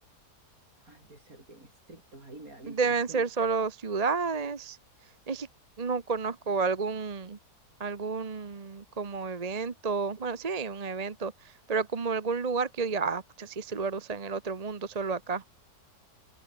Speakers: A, on the right; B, on the right.
A: Ay, de ser bien estrictos, ahí me da la
B: Deben
A: impresión.
B: ser solo ciudades. Es que no conozco algún, algún como evento. Bueno, sí, un evento, pero como algún lugar que yo diga, ah, pucha, sí, este lugar no está en el otro mundo, solo acá.